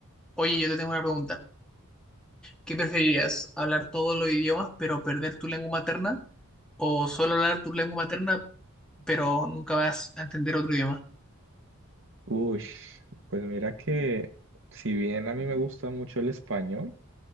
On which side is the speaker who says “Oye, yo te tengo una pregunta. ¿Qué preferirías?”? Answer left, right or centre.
Centre